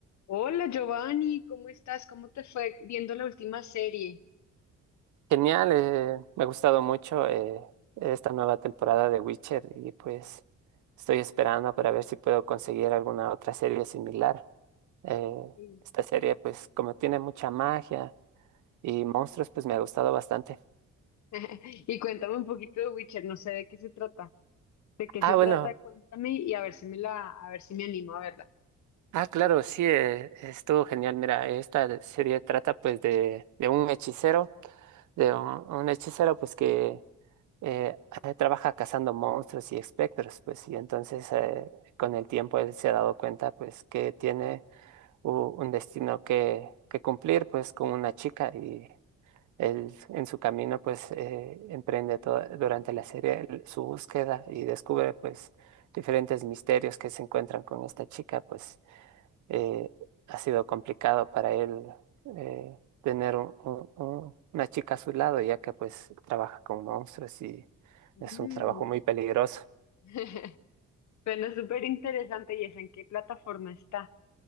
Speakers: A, on the left; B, on the right.
A: Hola Giovanni, ¿cómo estás? ¿Cómo te fue viendo la última serie?
B: Genial, eh, me ha gustado mucho eh, esta nueva temporada de Witcher y pues estoy esperando para ver si puedo conseguir alguna otra serie similar. Eh,
A: Sí.
B: esta serie pues como tiene mucha magia y monstruos pues me ha gustado bastante.
A: <laughs> Y cuéntame un poquito de Witcher, no sé de qué se trata. ¿De qué
B: Ah,
A: se trata?
B: bueno,
A: Cuéntame y a ver si me la, a ver si me animo a verla.
B: ah, claro, sí, eh, estuvo genial. Mira, esta serie trata pues de, de un hechicero, de un un hechicero pues que eh, eh, trabaja cazando monstruos y espectros, pues, y entonces eh, con el tiempo él se ha dado cuenta, pues, que tiene u- un destino que, que cumplir, pues, con una chica y él en su camino, pues, eh, emprende toda- durante la serie el- su búsqueda y descubre, pues, diferentes misterios que se encuentran con esta chica, pues eh, ha sido complicado para él eh, tener un- un- un- una chica a su lado, ya que pues trabaja con monstruos y
A: Mm.
B: es un trabajo muy peligroso.
A: <laughs> Bueno, súper interesante. ¿Y es en qué plataforma está?